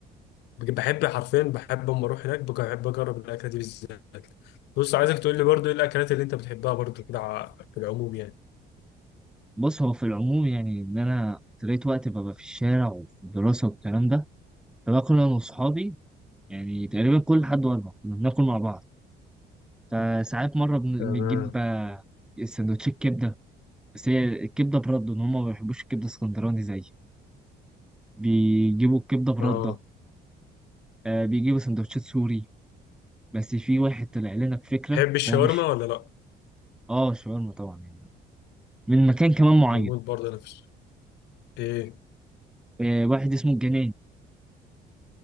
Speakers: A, on the left; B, in the centre.
A: بحب حرفيا بحب اما اروح هناك بحب اجرب الاكله دي بالذات بص عايزك تقول لي برضو ايه الاكلات اللي انت بتحبها برضو كده ع- في العموم يعني
B: بص هو في العموم يعني إن أنا طريت وقت ببقى في الشارع وفي الدراسة والكلام ده فباكل أنا وأصحابي يعني تقريبا كل حد وأنا كنا بناكل مع بعض فساعات مرة بن-
A: تمام
B: بنجيب آه، سندوتشات كبدة بس هي الكبدة برده إن هما ما بيحبوش الكبدة اسكندراني زي بيجيبوا الكبدة برده
A: اه
B: آه، بيجيبوا سندوتشات سوري بس في واحد طلع لنا بفكرة
A: تحب الشاورما
B: هو مش
A: ولا لا
B: اه شاورما طبعا يعني من مكان كمان معين
A: بموت برضه انا في الش- ايه
B: آه، واحد اسمه الجناني